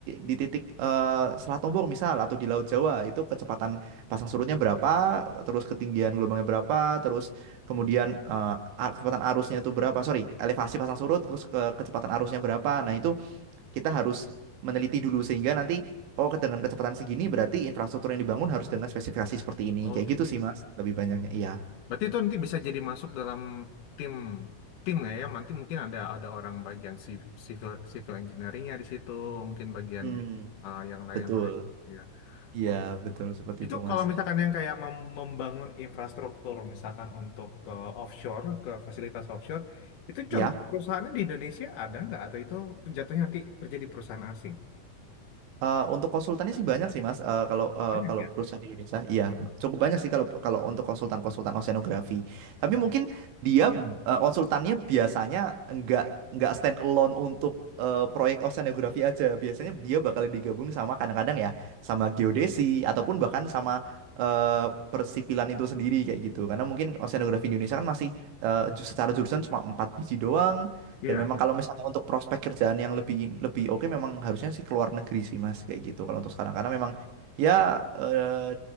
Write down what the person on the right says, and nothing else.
di titik eh, Selat Lombok misal atau di Laut Jawa itu kecepatan pasang surutnya berapa, terus ketinggian gelombangnya berapa, terus kemudian eh, kecepatan arusnya itu berapa, sorry, elevasi pasang surut, terus ke- kecepatan arusnya berapa. Nah itu kita harus meneliti dulu sehingga nanti oh dengan kecepatan segini berarti infrastruktur yang dibangun harus dengan spesifikasi seperti ini.
Kayak
gitu sih Mas, lebih banyaknya. Iya.
Hmm,
betul.
Iya,
betul seperti
itu
Mas.
Iya.
Eh, untuk konsultannya sih banyak sih Mas. Eh, kalau eh,
kalau
perusahaan di Indonesia, iya cukup banyak sih kalau kalau untuk konsultan-konsultan oceanografi. Tapi
mungkin dia eh, konsultannya biasanya nggak nggak stand alone untuk eh, proyek oceanografi aja. Biasanya dia bakal digabung sama kadang-kadang ya sama geodesi ataupun bahkan sama eh, persipilan itu sendiri kayak gitu. Karena mungkin oceanografi di Indonesia kan masih eh, ju- secara jurusan cuma empat biji doang.
Dan memang kalau misalnya untuk prospek kerjaan yang lebih lebih oke memang harusnya sih keluar negeri sih Mas kayak gitu kalau untuk sekarang karena memang ya eh,